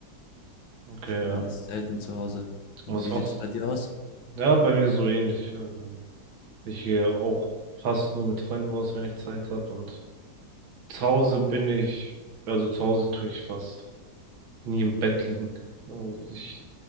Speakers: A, on the right; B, on the left.
A: okay,
B: Ich bin
A: ja.
B: eigentlich selten zu Hause. Wie
A: Und was machst
B: sieht es bei dir aus?
A: du? Ja, bei mir so ähnlich. Also, ich gehe auch fast nur mit Freunden aus, wenn ich Zeit habe. Und zu Hause bin ich, also zu Hause tue ich fast nie im Bett liegen. Also, ich